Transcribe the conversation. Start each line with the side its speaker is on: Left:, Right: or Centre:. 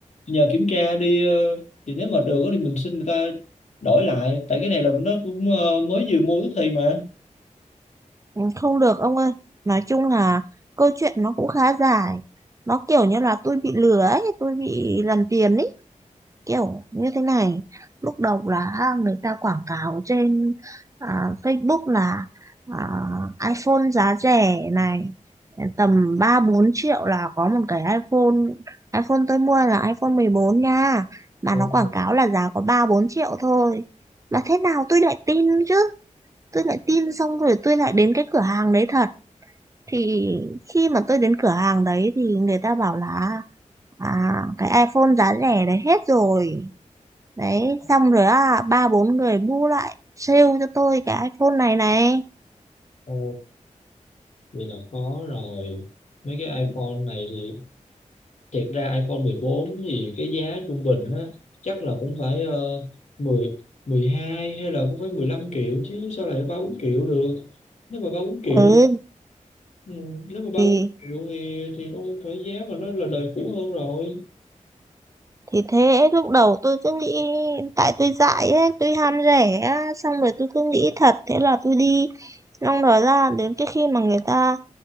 Left: nhờ kiểm tra đi ờ, thì nếu mà được á thì mình xin người ta đổi lại tại cái này là nó cũng ờ, mới vừa mua tức thì mà.
Right: không được ông ơi nói chung là câu chuyện nó cũng khá dài nó kiểu như là tôi bị lừa ấy tôi bị làm tiền ấy kiểu như thế này lúc đầu là ha, người ta quảng cáo trên à, Facebook là à, iPhone giá rẻ này tầm 3 4 triệu là có một cái iPhone iPhone tôi mua là iPhone 14 nha mà
Left: Ồ,
Right: nó quảng cáo là giá có 3 4 triệu thôi mà thế nào tôi lại tin chứ tôi lại tin xong rồi tôi lại đến cái cửa hàng đấy thật thì khi mà tôi đến cửa hàng đấy thì người ta bảo là à, cái iPhone giá rẻ đấy hết rồi đấy xong rồi á ba bốn người bu lại sale cho tôi cái iPhone này này
Left: ồ, Vậy là có rồi. Mấy cái iPhone này thì thiệt ra iPhone 14 thì cái giá trung bình á chắc là cũng phải uh, 10 12 hay là cũng phải 15 triệu chứ sao lại 3 4 triệu được. Nếu mà 3 4 triệu
Right: ừ
Left: thì ừ, nếu mà 3
Right: thì
Left: 4 triệu thì thì nó phải giá mà nó là đời cũ hơn rồi.
Right: thì thế lúc đầu tôi cứ nghĩ tại tôi dại ấy tôi ham rẻ á, xong rồi tôi cứ nghĩ thật thế là tôi đi xong rồi ra đến cái khi mà người ta